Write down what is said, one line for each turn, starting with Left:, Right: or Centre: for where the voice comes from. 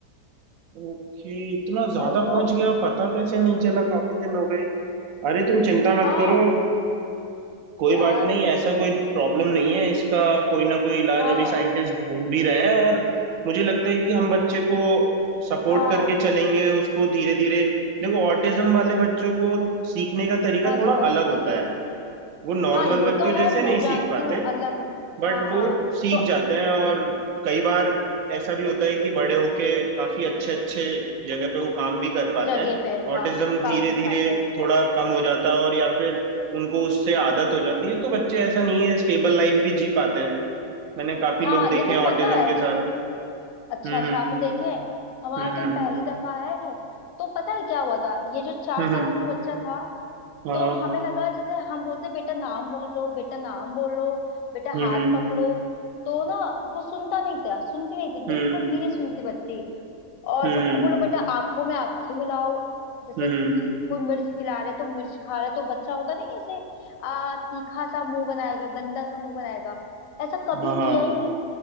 Right: ओके इतना ज्यादा
Left: वही तो
Right: पहुंच गया पता कैसे नहीं चला काफी दिन हो गए अरे तुम चिंता
Left: हाँ
Right: मत करो कोई
Left: यार
Right: बात नहीं ऐसा कोई प्रॉब्लम नहीं है इसका कोई ना कोई इलाज
Left: हाँ
Right: अभी साइंटिस्ट ढूंढ भी रहे हैं और मुझे लगता है कि हम बच्चे को सपोर्ट
Left: हाँ
Right: करके चलेंगे उसको धीरे धीरे देखो ऑटिज्म वाले बच्चों को सीखने का तरीका
Left: हाँ
Right: थोड़ा
Left: जी हाँ जी
Right: अलग होता है वो नॉर्मल
Left: हाँ ये
Right: बच्चों
Left: तो है
Right: जैसे
Left: मैं
Right: नहीं
Left: जानती
Right: सीख पाते
Left: हूँ अलग
Right: बट
Left: हाँ
Right: वो
Left: हाँ
Right: सीख
Left: तो
Right: जाते हैं और कई बार ऐसा भी होता है कि बड़े होके काफी अच्छे अच्छे जगह पे वो काम भी कर पाते
Left: जगह
Right: हैं
Left: पे
Right: ऑटिज्म
Left: हाँ
Right: धीरे
Left: काम कर
Right: धीरे
Left: पाते हैं
Right: थोड़ा कम हो जाता है और या फिर उनको उससे आदत हो जाती है तो बच्चे ऐसा नहीं है स्टेबल लाइफ भी जी पाते हैं मैंने काफी
Left: हाँ
Right: लोग देखे
Left: लेकिन
Right: हैं ऑटिज्म
Left: पता है
Right: के साथ
Left: अच्छा
Right: हम्म
Left: अच्छा आपने देखे हैं हमारा
Right: हम्म
Left: तो ये पहली दफा है तो पता है क्या हुआ था ये जो चार
Right: हम्म
Left: साल
Right: हम्म हम्म,
Left: का हमारा बच्चा था
Right: हम्म,
Left: तो
Right: हाँ हाँ,
Left: हमें लगा जैसे हम बोलते बेटा नाम बोलो बेटा नाम बोलो बेटा
Right: हम्म
Left: हाथ
Right: हम्म
Left: पकड़ो तो ना वो सुनता नहीं था सुनती नहीं थी बिल्कुल
Right: हम्म
Left: भी नहीं सुनती बच्ची और
Right: हम्म
Left: उसको बोलो बेटा आंखों में आंखें मिलाओ जैसे
Right: हम्म, हम्म,
Left: कोई मिर्च खिला रहे तो मिर्च खा रहे तो बच्चा होता नहीं ऐसे आ तीखा सा मुंह बनाएगा गंदा सा मुंह बनाएगा ऐसा कभी
Right: हाँ हाँ
Left: किया ही नहीं